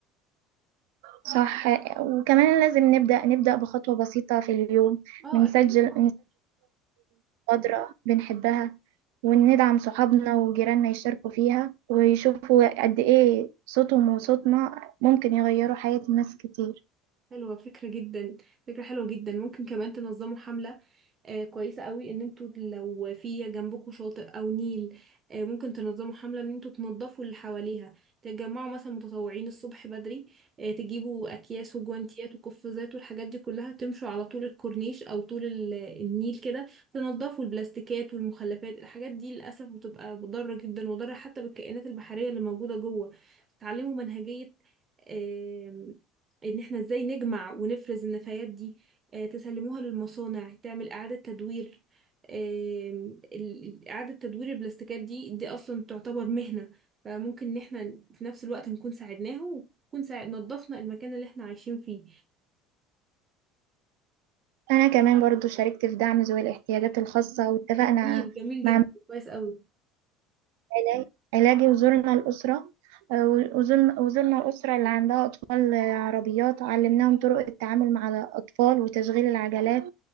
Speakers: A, on the right; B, on the right.
A: صح وكمان لازم نبدأ نبدأ بخطوة بسيطة في اليوم
B: اه
A: بنسجل
B: أكيد طبعا
A: مبادرة بنحبها وندعم صحابنا وجيراننا يشاركوا فيها ويشوفوا قد إيه صوتهم وصوتنا ممكن يغيروا حياة ناس كتير
B: حلوة فكرة جدا فكرة حلوة جدا ممكن كمان تنظموا حملة آه، كويسة قوي ان انتوا لو في جنبكم شاطئ او نيل آه، ممكن تنظموا حملة ان انتوا تنظفوا اللي حواليها تتجمعوا مثلا متطوعين الصبح بدري آه، تجيبوا اكياس وجوانتيات وقفازات والحاجات دي كلها تمشوا على طول الكورنيش او طول ال- النيل كده تنظفوا البلاستيكات والمخلفات الحاجات دي للاسف بتبقى مضرة جدا مضرة حتى بالكائنات البحرية اللي موجودة جوه تتعلموا منهجية آم، ان احنا ازاي نجمع ونفرز النفايات دي آه، تسلموها للمصانع تعمل إعادة تدوير آم، ال- إعادة تدوير البلاستيكات دي دي أصلا تعتبر مهنة فممكن إن احنا في نفس الوقت نكون ساعدناها ونكون ساعد نظفنا المكان اللي احنا عايشين فيه
A: أنا كمان برضو شاركت في دعم ذوي الاحتياجات الخاصة واتفقنا
B: جميل جميل
A: مع
B: جدا
A: مجلس
B: كويس أوي
A: علاج- علاجي وزرنا الأسرة آه، وزرنا وزرنا الأسرة اللي عندها أطفال آه، عربيات علمناهم طرق التعامل مع الأطفال وتشغيل العجلات